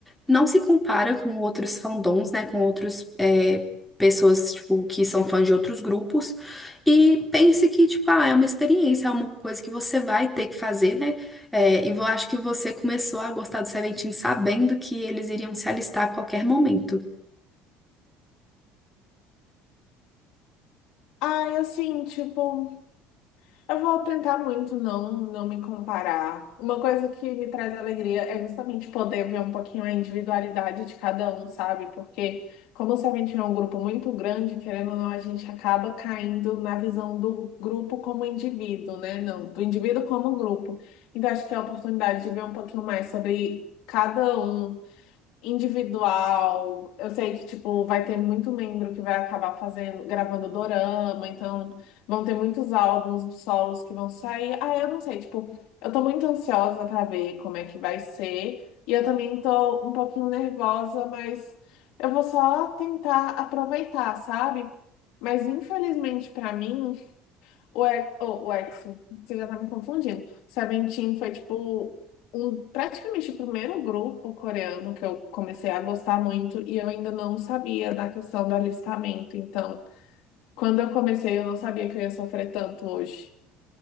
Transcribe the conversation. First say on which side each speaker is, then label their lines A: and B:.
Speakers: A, in the centre; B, on the left.
A: não se compara com outros fandoms, né? Com outros, é, pessoas, tipo, que são fãs de outros grupos. E pense que, tipo, ah, é uma experiência, é uma coisa que você vai ter que fazer, né? É, e eu acho que você começou a gostar do Seventeen sabendo que eles iriam se alistar a qualquer momento.
B: Ai, assim, tipo, eu vou tentar muito não, não me comparar. Uma coisa que me traz alegria é justamente poder ver um pouquinho a individualidade de cada um, sabe? Porque como se a gente é um grupo muito grande, querendo ou não, a gente acaba caindo na visão do grupo como indivíduo, né? Não, do indivíduo como grupo. Então acho que é a oportunidade de ver um pouquinho mais sobre cada um individual. Eu sei que, tipo, vai ter muito membro que vai acabar fazendo, gravando dorama, então vão ter muitos álbuns solos que vão sair. Ah, eu não sei, tipo, eu tô muito ansiosa pra ver como é que vai ser. E eu também tô um pouquinho nervosa, mas eu vou só tentar aproveitar, sabe? Mas infelizmente pra mim o, E- oh, o EXO, você já tá me confundindo. Seventeen foi, tipo, um, praticamente o primeiro grupo coreano que eu comecei a gostar muito e eu ainda não sabia da questão do alistamento. Então, quando eu comecei, eu não sabia que eu ia sofrer tanto hoje.